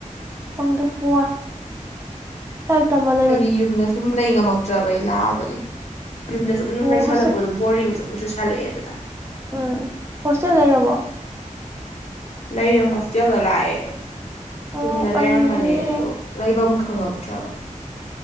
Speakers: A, on the right; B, on the left.
A: ꯈꯪꯗꯦ ꯋꯥꯢ <unintelligible>
B: ꯑꯩꯗꯤ ꯌꯨꯝꯗ ꯁꯨꯝ ꯂꯩ ꯉꯝꯃꯛꯇ꯭ꯔꯕ ꯑꯩ ꯂꯥꯛꯑꯕꯅꯦ ꯌꯨꯝꯗ ꯁꯨꯝ
A: ꯑꯣ
B: ꯂꯩꯁꯜꯂꯛꯄꯗꯣ
A: ꯍꯣꯁꯇꯦꯜ
B: ꯕꯣꯔꯤꯡ ꯁꯨꯝ ꯆꯨꯁꯜꯂꯛꯑꯦꯗꯅ
A: ꯎꯝ ꯍꯣꯁꯇꯦꯜ ꯂꯩꯔꯕꯣ
B: ꯂꯩꯔꯦ ꯍꯣꯁꯇꯦꯜꯗ ꯂꯥꯛꯑꯦ
A: ꯑꯣ
B: ꯌꯨꯝꯗ ꯂꯩꯔꯝꯕꯅꯦ
A: ꯑꯩ ꯍꯌꯦꯡ
B: ꯑꯗꯣ ꯂꯩꯕꯝ ꯈꯪꯉꯛꯇ꯭ꯔꯕ